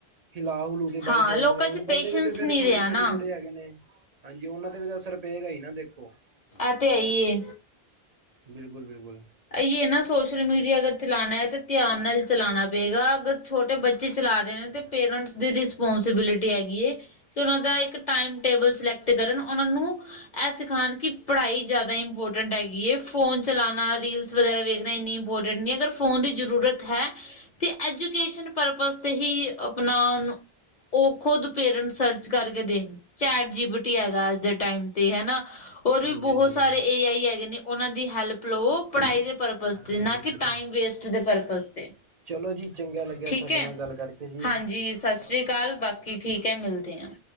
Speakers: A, on the right; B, on the left.
A: ਹਿਲਾ ਹੁਲੂ ਕੇ ਬਾਈਕ
B: ਹਾਂ
A: ਚਲਾਂਦੇ
B: ਲੋਕਾਂ
A: ਨੇ ਹੁਣ
B: ਚ
A: ਬੰਦੇ
B: ਪੇਸ਼ੈਂਸ
A: ਵੀ ਤੇ ਫੇਰ
B: ਨਹੀਂ
A: ਛੋਟੇ-ਛੋਟੇ
B: ਰਿਹਾ ਨਾ।
A: ਜਿਹੜੇ ਹੈਗੇ ਨੇ। ਹਾਂਜੀ ਉਹਨਾਂ ਤੇ ਵੀ ਤਾਂ ਅਸਰ ਪੇਗਾ ਈ ਨਾ ਦੇਖੋ।
B: ਐ ਤੇ ਅਈਏ।
A: ਬਿਲਕੁਲ-ਬਿਲਕੁਲ।
B: ਅਈਏ ਨਾ ਸੋਸ਼ਲ ਮੀਡੀਆ ਅਗਰ ਚਲਾਂਣਾ ਐ ਤੇ ਧਿਆਨ ਨਾਲ ਚਲਾਂਣਾ ਪੇਗਾ ਅਗਰ ਛੋਟੇ ਬੱਚੇ ਚਲਾ ਰੇ ਨੇ ਤੇ ਪੇਰੈਂਟਸ ਦੀ ਰਿਸਪੋਂਸੀਬਿਲਿਟੀ ਹੈਗੀ ਏ। ਕਿ ਉਹਨਾਂ ਦਾ ਇੱਕ ਟਾਈਮ ਟੇਬਲ ਸਿਲੈਕਟ ਕਰਨ ਉਹਨਾਂ ਨੂੰ ਇਹ ਸਿਖਾਣ ਕਿ ਪੜ੍ਹਾਈ ਜ਼ਿਆਦਾ ਇੰਪੋਰਟੈਂਟ ਹੈਗੀ ਏ ਫੋਨ ਚਲਾਣਾ ਰੀਲਸ ਵਗੈਰਾ ਵੇਖਣਾ ਇੰਨੀ ਇੰਪੋਰਟੈਂਟ ਨਈ ਅਗਰ ਫੋਨ ਦੀ ਜ਼ਰੂਰਤ ਹੈ ਤੇ ਐਜੂਕੇਸ਼ਨ ਪਰਪਜ਼ ਤੇ ਹੀ ਆਪਣਾ ਉਹਨੂੰ ਉਹ ਖੁਦ ਪੇਰੈਂਟਸ ਸਰਚ ਕਰਕੇ ਦੇਣ ਚੈਟ ਜੀਬੀਟੀ ਹੈਗਾ ਅੱਜ ਦੇ ਟਾਈਮ ਤੇ ਹੈਨਾ। ਹੋਰ
A: ਹਾਂਜੀ
B: ਵੀ ਬਹੁਤ
A: ਹਾਂਜੀ ਬਿਲਕੁਲ
B: ਸਾਰੇ ਏ ਆਈ ਹੈਗੇ ਨੇ ਉਹਨਾਂ ਦੀ ਹੈਲਪ ਲੋ। ਪੜ੍ਹਾਈ
A: ਹਾਂਜੀ
B: ਦੇ ਪਰਪਸ਼ ਤੇ ਨਾ
A: ਹਾਂਜੀ ਬਿਲਕੁਲ
B: ਕਿ ਟਾਈਮ ਵੇਸਟ ਦੇ ਪਰਪਸ਼ ਤੇ।
A: ਚਲੋ ਜੀ ਚੰਗਾ ਲੱਗਿਆ
B: ਠੀਕ
A: ਤੁਹਾਡੇ
B: ਐ
A: ਨਾਲ ਗੱਲ ਕਰਕੇ ਜੀ
B: ਹਾਂਜੀ ਸਤਿ ਸ਼੍ਰੀ ਅਕਾਲ ਬਾਕੀ ਠੀਕ ਕੇ ਮਿਲਦੇ ਆ‌।